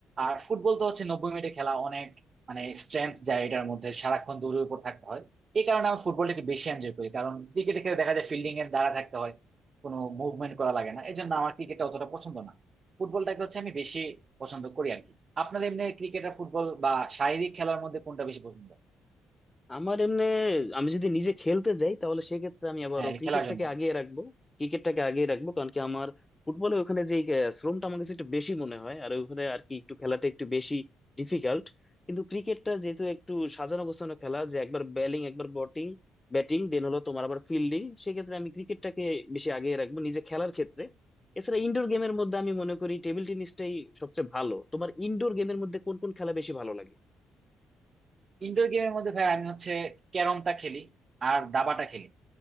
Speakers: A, on the right; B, on the left.
A: আর ফুটবল তো হচ্ছে নব্বই মিনিটে খেলা অনেক মানে স্ট্রেংথ যায় এটার মধ্যে সারাক্ষণ দৌড়ের উপর থাকতে হয় এই কারণে আমি ফুটবলটা একটু বেশি এনজয় করি কারণ ক্রিকেটে খেলে দেখা যায় ফিল্ডিং এর দ্বারা থাকতে হয় কোনো মুভমেন্ট করা লাগে না এই জন্য আমার ক্রিকেটটা অতটা পছন্দ না ফুটবলটাকে হচ্ছে আমি বেশি পছন্দ করি আর কি আপনার এমনি ক্রিকেট আর ফুটবল বা শারীরিক খেলার মধ্যে কোনটা বেশি পছন্দ
B: আমার এমনি আমি যদি নিজে খেলতে যাই তাহলে সেক্ষেত্রে আমি আবারও
A: হ্যাঁ
B: ক্রিকেটটাকে
A: খেলার জন্য
B: আগিয়ে রাখবো ক্রিকেটটাকে আগিয়ে রাখবো কারণ কি আমার ফুটবলে ওখানে যে আহ, শ্রমটা আমার কাছে একটু বেশি মনে হয় আর ওখানে আর কি একটু খেলাটা একটু বেশি ডিফিকাল্ট কিন্তু ক্রিকেটটা যেহেতু একটু সাজানো গোছানো খেলা যে একবার ব্যালিং একবার বটিং ব্যাটিং দেন হলো তোমার আবার ফিল্ডিং সেক্ষেত্রে আমি ক্রিকেটটাকে বেশি আগিয়ে রাখবো নিজে খেলার ক্ষেত্রে এছাড়া ইনডোর গেমের মধ্যে আমি মনে করি টেবিল টেনিসটাই সবচেয়ে ভালো তোমার ইনডোর গেমের মধ্যে কোন কোন খেলা বেশি ভালো লাগে
A: ইনডোর গেমের মধ্যে ভাই আমি হচ্ছে ক্যারমটা খেলি আর দাবাটা খেলি